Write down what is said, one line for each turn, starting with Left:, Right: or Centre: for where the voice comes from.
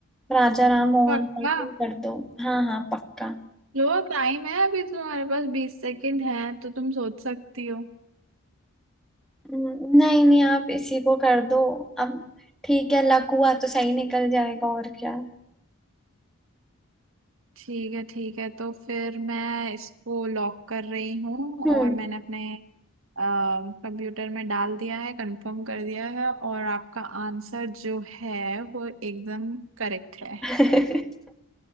Centre: राजा राम मोहन
Right: पक्का
Centre: पर कोई कर दो हाँ हाँ पक्का
Right: लो टाइम है अभी तुम्हारे पास बीस सेकंड है तो तुम सोच सकती हो
Centre: अम्म, नहीं नहीं आप इसी को कर दो अब ठीक है लक हुआ तो सही निकल जाएगा और क्या
Right: ठीक है ठीक है तो फिर मैं इसको लॉक कर रही हूँ और
Centre: हम्म
Right: मैंने अपने कंप्यूटर में डाल दिया है कंफर्म कर दिया है और आपका आंसर जो है वो एकदम करेक्ट है
Centre: <laughs>